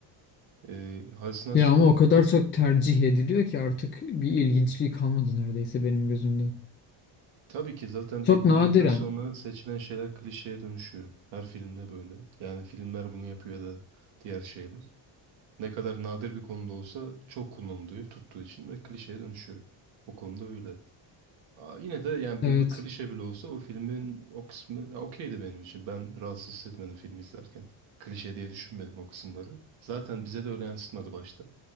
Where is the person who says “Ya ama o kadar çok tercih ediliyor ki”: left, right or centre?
Left